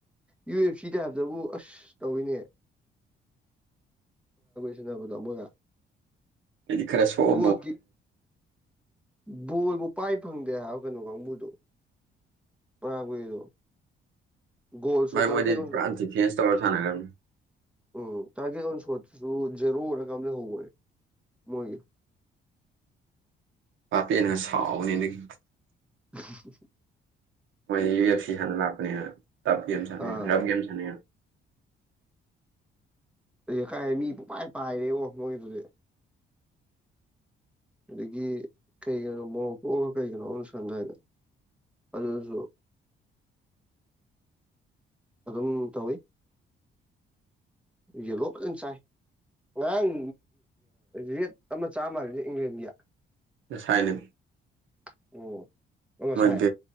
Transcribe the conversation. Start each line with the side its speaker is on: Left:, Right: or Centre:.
Centre: ꯌꯨ ꯑꯦꯐ ꯁꯤꯗ ꯍꯥꯏꯕ ꯑꯁ ꯇꯧꯋꯅꯦꯌꯦ
Right: <inaudible>
Centre: ꯁꯥꯟꯅꯕꯗꯣ ꯃꯣꯏꯒ
Right: ꯑꯦꯗꯤ ꯈꯔ ꯁꯣꯕ
Centre: ꯒꯣꯜ ꯀꯤꯛ ꯕꯣꯜꯕꯨ ꯄꯥꯏ ꯐꯪꯗꯦ ꯍꯥꯏꯕ ꯀꯩꯅꯣ ꯀꯥꯡꯕꯨꯗꯨꯣ ꯄꯨꯔꯥ ꯑꯣꯏꯗ ꯒꯣꯜꯁꯨ
Right: ꯚꯥꯏ
Centre: ꯇꯒꯦ
Right: ꯃꯣꯏꯗꯤ
Centre: ꯇꯦ
Right: ꯄꯨꯔꯥ ꯗꯤꯐꯦꯟꯁ ꯇꯧꯔ ꯁꯥꯟꯅꯒ꯭ꯔꯝꯅꯤ
Centre: ꯎꯝ ꯇꯥꯔꯒꯦꯠ ꯑꯣꯟ ꯁꯣꯠꯇꯨꯁꯨ ꯖꯦꯔꯣ ꯑꯣꯏꯔꯀꯝꯗ ꯍꯧꯧꯕꯔꯦ ꯃꯣꯏꯒꯤ
Right: ꯄꯄꯤꯦꯅ ꯁꯥꯎꯅꯤꯗꯒꯤ
Centre: <inaudible>
Right: ꯃꯣꯏ ꯌꯨ ꯑꯦꯐ ꯁꯤ ꯁꯥꯟꯅ ꯂꯥꯛꯄꯅꯦꯅ ꯇꯞ ꯒꯦꯝ ꯁꯥꯟꯅꯩ
Centre: ꯑꯥ
Right: ꯔꯞ ꯒꯦꯝ ꯁꯥꯟꯅꯩꯅ
Centre: ꯀꯥꯏꯦ ꯃꯤ ꯄꯨꯄꯥꯏ ꯄꯥꯏꯔꯦ ꯑꯣ ꯃꯣꯏꯒꯤ ꯑꯗꯨꯗꯤ ꯑꯗꯒꯤ ꯀꯩ ꯀꯅꯣ ꯃꯣꯔꯣꯛ ꯄꯣꯛꯑꯒ ꯀꯩ ꯀꯩꯅꯣ ꯁꯝꯗꯥꯏꯗ ꯑꯗꯨꯁꯨ
Right: <inaudible>
Centre: ꯑꯗꯨꯝ ꯇꯧꯋꯤ ꯌꯦ ꯂꯣꯄ ꯑꯟꯁꯥꯏ ꯉꯔꯥꯡ ꯔꯦꯠ ꯑꯃ ꯆꯥꯃꯔꯤꯗ ꯏꯪꯂꯦꯟꯒꯤ
Right: ꯉꯥꯁꯥꯏꯅꯦ
Centre: ꯑꯣ ꯉꯁꯥꯏ
Right: ꯃꯣꯏ